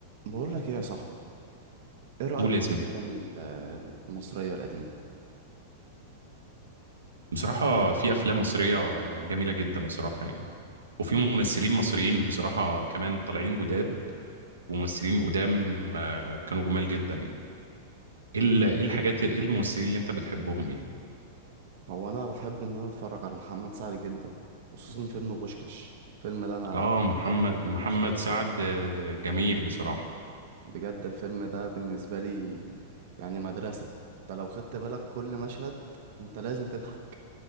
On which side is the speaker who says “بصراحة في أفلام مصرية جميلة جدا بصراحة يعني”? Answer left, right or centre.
Right